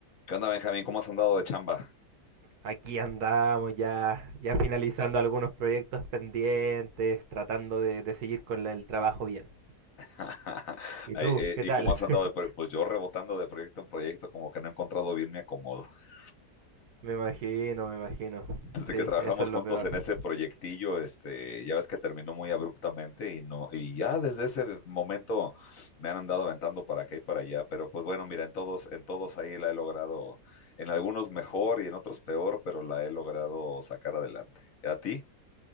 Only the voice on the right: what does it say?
Aquí andamos ya, ya finalizando algunos proyectos pendientes, tratando de, de seguir con la- el trabajo bien.
¿Y
tú?
¿Qué
tal?
<laughs>
Me imagino, me imagino.
Sí,
eso es
lo peor.